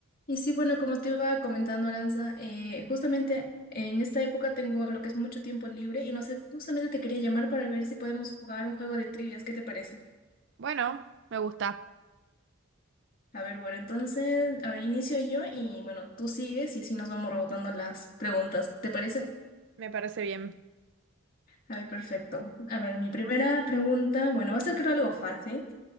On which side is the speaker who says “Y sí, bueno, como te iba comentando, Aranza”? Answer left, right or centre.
Left